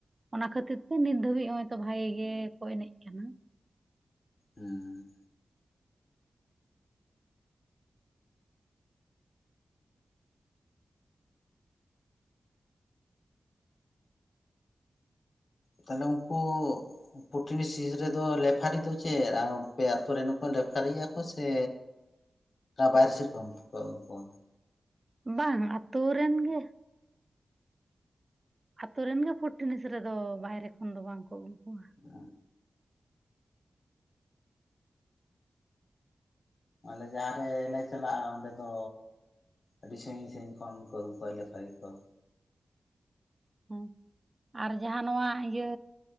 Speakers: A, on the right; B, on the left.
A: ᱚᱱᱟ ᱠᱷᱟᱹᱛᱤᱨ ᱛᱮ ᱱᱤᱛ ᱫᱷᱟᱹᱵᱤᱡᱽ ᱱᱚᱜ-ᱚᱭ ᱛᱚ ᱵᱷᱟᱜᱮ ᱜᱮᱠᱚ ᱮᱱᱮᱡ ᱠᱟᱱᱟ᱾
B: ᱦᱮᱸ᱾ ᱛᱟᱦᱚᱸᱞᱮ ᱩᱱᱠᱩ᱾ ᱯᱷᱩᱴ ᱴᱤᱱᱤᱥ ᱨᱮᱫᱚ ᱞᱮᱯᱷᱟᱨᱤ ᱫᱚ ᱪᱮᱫ ᱟᱯᱮ ᱟᱛᱳ ᱨᱮᱱ ᱦᱚᱸ ᱠᱚ ᱞᱮᱯᱷᱟᱨᱤᱭᱟ ᱠᱚ ᱥᱮ ᱚᱠᱟ ᱵᱟᱭᱨᱮ ᱥᱮᱫ ᱠᱷᱟᱱ ᱠᱚ ᱟᱹᱜᱩ ᱠᱚᱣᱟ᱾
A: ᱵᱟᱝ, ᱟᱛᱳ ᱨᱮᱱ ᱜᱮ, ᱟᱛᱳ ᱨᱮᱱ ᱜᱮ ᱯᱷᱩᱴᱴᱤᱱᱤᱥ ᱨᱮᱫᱚ, ᱵᱟᱭᱨᱮ ᱠᱷᱚᱱ ᱫᱚ ᱵᱟᱝ ᱠᱚ ᱟᱹᱜᱩ ᱠᱚᱣᱟ᱾
B: ᱟᱻ ᱟᱞᱮ ᱡᱟᱦᱟᱸ ᱨᱮᱞᱮ ᱪᱟᱞᱟᱜᱼᱟ ᱚᱸᱰᱮ ᱫᱚ ᱟᱹᱰᱤ ᱥᱟᱺᱜᱤᱧ ᱥᱟᱺᱤᱧ ᱠᱷᱚᱱ ᱠᱚ ᱟᱹᱜᱩ ᱠᱚᱣᱟ ᱞᱮᱠᱷᱞᱤ ᱠᱚ᱾
A: ᱦᱮᱸ, ᱟᱨ ᱡᱟᱦᱟᱸ ᱱᱚᱣᱟ ᱤᱭᱟᱹ